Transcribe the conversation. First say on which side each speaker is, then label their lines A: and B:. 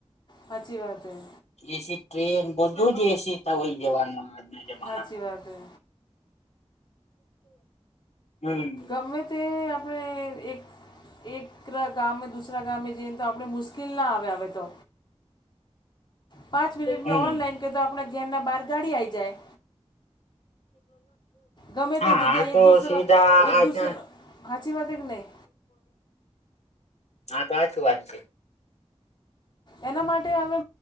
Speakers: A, on the left; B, on the left.
A: હાચી વાત હૈ.
B: એસી ટ્રેન બધું જ એસી થવાય જવાનું. જમાનામાં
A: હાચી વાત હે.
B: હમમ.
A: અમને તે આપણે એક એક ગામ દુસરા ગામ જય તો આપણે મુશ્કેલ ના આવે હવે તો. પાંચ મિનીટમાં
B: હમ
A: ઓનલાઇન કે તો આપણા ઘેરના બાર ગાડી આવી જાય. ગમે
B: હા
A: તે જગ્યાએ
B: આ તો
A: એક દૂસરા
B: સુવિધા
A: એક
B: આજ
A: દૂસરા સાચી વાત હે કે નહીં
B: હા તો હાચી વાત છે.
A: એના માટે હવે